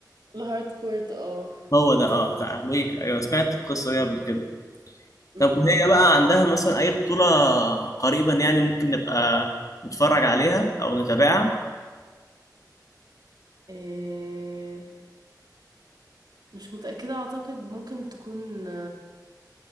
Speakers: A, on the right; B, on the left.
A: الهارد كورت اه
B: هو ده اه بتاع ويك ايوه سمعت القصه دي قبل كده
A: امم
B: طب وهي بقى عندها مثلا اي بطوله قريبا يعني ممكن نبقى نتفرج عليها او نتابعها
A: إيه مش متأكدة اعتقد ممكن تكون